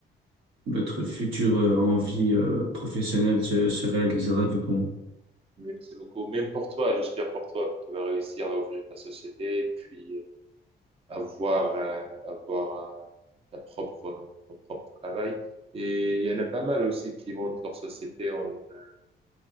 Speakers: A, on the right; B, on the right.
A: votre future euh, envie euh, professionnelle se, se réalisera du coup.
B: Merci beaucoup. Même pour toi, j'espère pour toi que tu vas réussir à ouvrir ta société, puis euh, avoir, euh, avoir euh, ta propre, ton propre travail. Et il y en a pas mal aussi qui montent leur société en, euh,